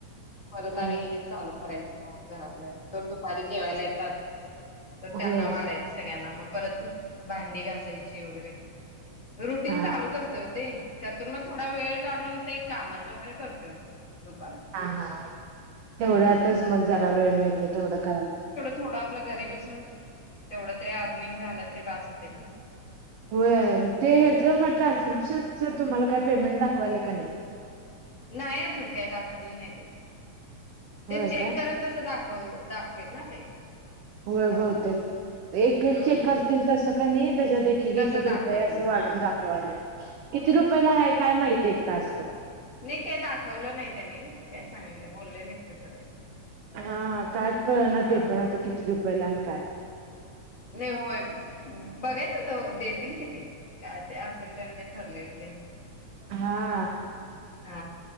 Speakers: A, on the left; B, on the right.
A: परत
B: होय
A: आणि चालू करायच घरात तर दुपारी जेवायला येतात. तर त्यांना
B: होय
A: वाढायचं पुन्हा म परत भांडी घासायची वगैरे रुटीन
B: हा
A: चालूच असतय वो ते त्यातून मग थोडा वेळ काढून ते कामाच वगैरे करतोय मग दुपारचं
B: हा हा तेवढ्यातच
A: हा
B: मग जरा वेळ मिळते थोड करायला.
A: थोडा आपल्या घरी बसून तेवढं अर्निंग झाल तरी बास होतय ना.
B: व्हय ते ह्याच मग ट्रान्स्क्रिप्शन च‌ तुम्हाला काय पेमेंट दाखवायल का नाही.
A: नाही अजून काय दाखवलं नाय ते. ते
B: होय
A: चेक
B: काय
A: करून तसं दाख ख दाखवेल ना ते.
B: व्हय
A: आपलं
B: बहुतेक एक एक
A: हम्म
B: चेक करतील तसं कणी त्याच्यात एक एक
A: तसं
B: एक
A: दाखवतील
B: रुपये अस
A: हा
B: वाढून दाखवाले. किती रुपयाला आहे काय माहिती एक टास्क.
A: नाही काय दाखवलं नाही त्यांनी, काय सांगितलं बोलले नाहीत तसं काय.
B: हा काय कळ ना
A: हा
B: ते पण
A: हा
B: आता किती रुपयेला अन् काय?
A: नाही होय बघायचं त देतील किती काय ते असेल त्यांचे ठरलेल ते
B: हा
A: आ